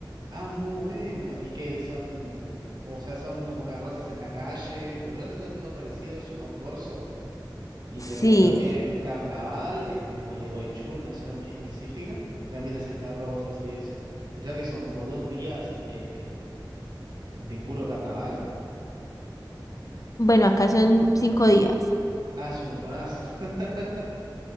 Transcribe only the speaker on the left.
Sí,
bueno, acá son cinco días.